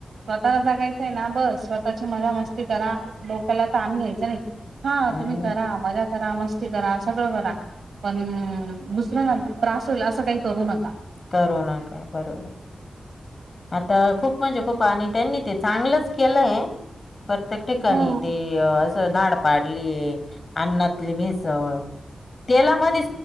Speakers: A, on the right; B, on the left.
A: स्वतःला जगायचंय ना बस स्वतःची मजा मस्ती करा डोक्याला तान घ्यायचं नाही. हा
B: हम्म
A: तुम्ही करा मजा करा मस्ती करा सगळं करा पण दुसऱ्यांना त्रास होईल असं काही करू नका.
B: करू न का बरोबर आता खूप म्हणजे खूप आणि त्यांनी ते चांगलच केलंय प्रत्येक ठिकाणी
A: हो.
B: ते. धाड पाडली ये अन्नातली भेसळ तेला म्हध्ये